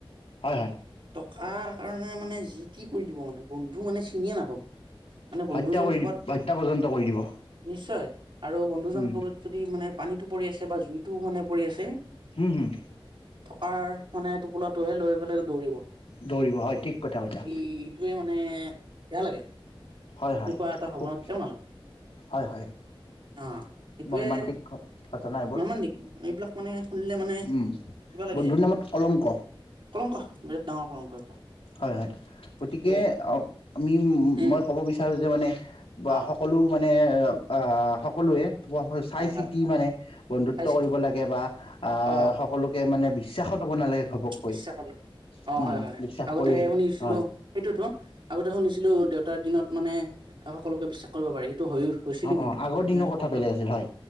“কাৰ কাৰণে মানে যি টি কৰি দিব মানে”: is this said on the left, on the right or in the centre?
Right